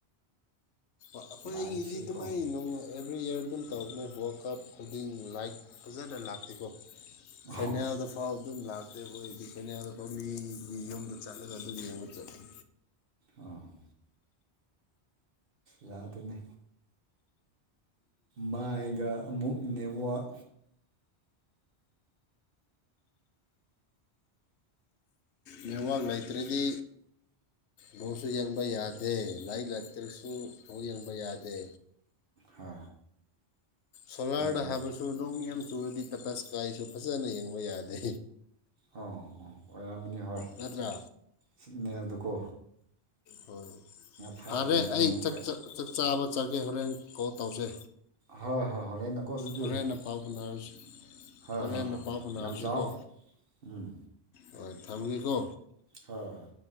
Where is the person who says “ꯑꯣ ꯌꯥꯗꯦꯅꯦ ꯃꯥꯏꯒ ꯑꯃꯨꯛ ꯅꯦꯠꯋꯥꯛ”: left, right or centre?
Right